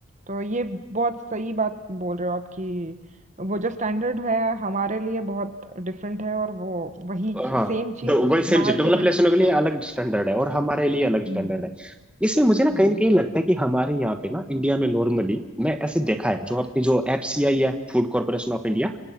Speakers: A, on the right (about 35°); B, in the centre.
A: तो ये बहुत सही बात बोल रहे हो आप कि वो जो स्टैंडर्ड है हमारे लिए बहुत डिफरेंट है और वो वही
B: हाँ
A: सेम चीज
B: तो वही सेम
A: बाहर
B: चीज डेवलप
A: की कंट्रीज
B: नेशनों के लिए
A: में
B: अलग स्टैंडर्ड है और हमारे लिए अलग स्टैंडर्ड
A: हम्म
B: है इसमें मुझे ना
A: हम्म
B: कहीं ना कहीं लगता है कि हमारे यहाँ पे ना इंडिया में नॉर्मली मैं ऐसे देखा है जो अपनी जो एफसीआई है फूड कॉर्पोरेशन ऑफ इंडिया